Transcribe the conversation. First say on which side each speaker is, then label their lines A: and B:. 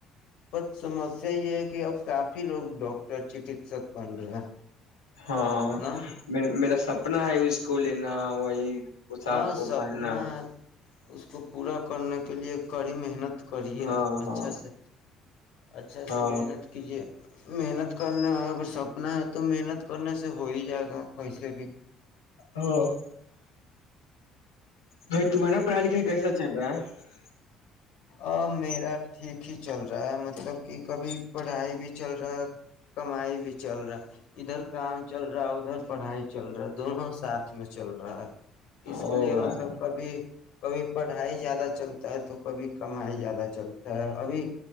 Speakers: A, on the left (about 55°); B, on the left (about 75°).
A: پت سمسیا یہ ہے کہ اب کافی لوگ ڈاکٹر چکیسک بن رہے ہیں
B: ہاں
A: نا
B: میرا سپنا ہے اس کا اسکولینا وہی پوشاک
A: ہاں
B: کو
A: سپنا
B: پہننا
A: اس کو پورا کرنے کے لئے کڑی محنت کرے
B: ہاں
A: اچھا
B: ہاں
A: سے اچھا
B: ہاں
A: سے محنت کیجیے محنت کرنے ا سب اپنا ہے تو محنت کرنے سے ہو ہی جائے گا کس بھی
B: ہاں بھائی تمہارا پڑھائی لکھائی کیسا چل رہا ہے <unintelligible>
A: ا میرا ٹھیک ہی چل رہا ہے مطلب کہ کبھی پڑھائی بھی چل رہا ہے کمائی بھی چل رہا ادھر کام چل رہا ہے ادھر پڑھائی چل رہا دونوں ساتھ میں چل رہا ہے اس کے
B: او
A: لیے
B: بھائی
A: مطلب کبھی کبھی پڑھائی زیادہ چلتا ہے تو کبھی کمائی زیادہ چلتا ہے ابھی